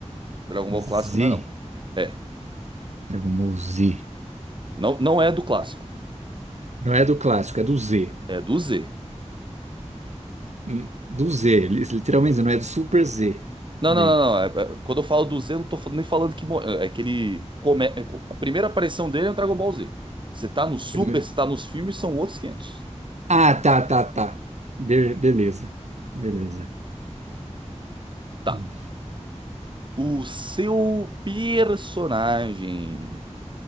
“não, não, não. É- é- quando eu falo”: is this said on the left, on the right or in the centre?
Right